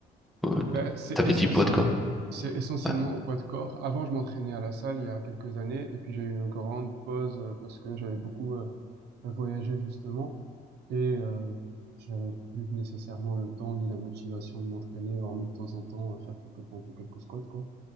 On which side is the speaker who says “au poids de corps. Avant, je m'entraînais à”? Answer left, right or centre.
Right